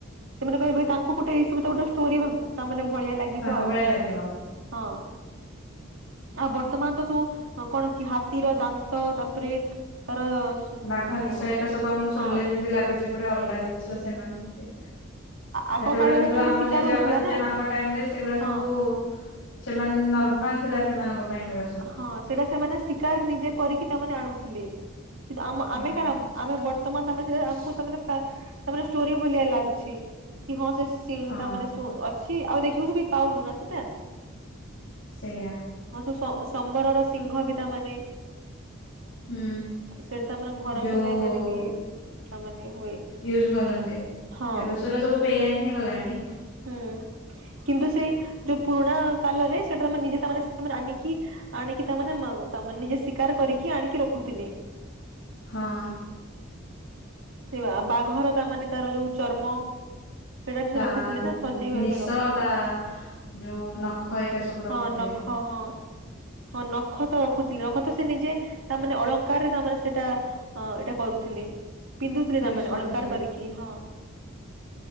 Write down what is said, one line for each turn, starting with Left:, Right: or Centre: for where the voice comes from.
Right: ସେମାନେ କହିବେ, ତାଙ୍କୁ ଗୋଟେ ଏଇ ସବୁ ତ ଗୋଟେ ଷ୍ଟୋରି, ତା ମାନେ ଭଳିଆ ଲାଗିବ
Left: ତାଙ୍କ
Right: ଆଉ।
Left: ଭଳିଆ ଲାଗିବ।
Right: ହଁ। ଆଉ ବର୍ତ୍ତମାନ ତ ଯୋଉ କଣ କି ହାତୀର ଦାନ୍ତ ତାପରେ ତାର ହଁ
Left: ବାଘ ନିସୟିକା
Right: ହଁ
Left: ସବୁ ଆମକୁ
Right: ସେଟା
Left: ଶୁଣିଲେ ଯେମତି ଲାଗୁଛି ଗୋଟେ ଅଲଗା ଜିନିଷ ସେମାନେ ଏମିତି
Right: ଆଗ
Left: ସେତେବେଳେ
Right: କାଳରେ
Left: କିନ୍ତୁ
Right: ଖାଲି
Left: ଆମ
Right: ଶିକାର
Left: ଜେଜେ
Right: ହଉଥିଲା
Left: ବାପା ଜେଜେ
Right: ନା
Left: ମାଙ୍କ ଟାଇମ୍ ରେ ସେଗୁଡା
Right: ହଁ।
Left: ସବୁ ସେମାନେ ନର୍ମାଲ ଥିଲା ସେମାନଙ୍କ ପାଇଁ ଏଗୁଡା ସବୁ।
Right: ହଁ ସେଟା ସେମାନେ ଶିକାର ନିଜେ କରିକି ତାମାନେ ଆଣୁଥିଲେ, କିନ୍ତୁ ଆମ
Left: ହଁ
Right: ଆମେ କଣ? ଆମେ ବର୍ତ୍ତମାନ ତମେ, ସେଟା ଆମକୁ ତାମାନେ ତା ତା ମାନେ ଷ୍ଟୋରି ଭଲିଆ ଲାଗୁଛି କି ହଁ ସେ ସିନ୍
Left: ହଁ
Right: ତା ମାନେ ଅଛି। ଅଛି ଆଉ ଦେଖିବାକୁ ବି ପାଉନୁ ନା ସେଟା।
Left: ସେଇୟା।
Right: ହଁ ସ ସମ୍ବରର ସିଂହ ବି ତା ମାନେ।
Left: ହୁଁ
Right: ସେଟା ତା ମାନେ ଘର
Left: ଯୋଉ
Right: ସଜାଇବାରେ ବି ତାମାନେ। ହୁଏ
Left: ୟୁଜ କରନ୍ତୀ
Right: ହଁ
Left: ଏବେ ତ ସେଗୁରା ସବୁ ବେଆଇନ୍ ହେଇଗଲାଣି।
Right: ହୁଁ କିନ୍ତୁ ସେ ଯୋଉ ପୁରୁଣା କାଲରେ ସେଇଟା ତମେ ନିଜେ ତା ମାନେ ସେମାନେ ଆଣିକି। ଆଣିକି ତାମାନେ ମ୍ ମ୍ ନିଜେ ଶିକାର କରିକି ଆଣିକି ରଖୁଥିଲେ।
Left: ହଁ।
Right: ସେ ବାଘର ତା ମାନେ ତାର ଯୋଉ ଚର୍ମ। ସେଇଟା ବି ସେ
Left: ତା
Right: ରଖୁଥିଲେ ନା ସଜେଇବା
Left: ନିଶ
Right: ପାଇଁ ରଖୁଥିଲେ
Left: ତା ଯୋଉ ନଖ ଏକଇା ସବୁ
Right: ହଁ
Left: ରଖୁଥିଲେ।
Right: ନଖ ହଁ ହଁ ନଖତ ରଖୁଥିଲେ ନଖତ ସେ ନିଜେ ତାମାନେ ଅଳଙ୍କାରରେ ତାମାନେ ସେଇଟା ହଁ ଏଇଟା କରୁଥିଲେ ପିନ୍ଧୁଥିଲେ
Left: ୟୁଜ
Right: ତାମାନେ
Left: କରୁଥିଲେ
Right: ଅଳଙ୍କାର କରିକି ହଁ।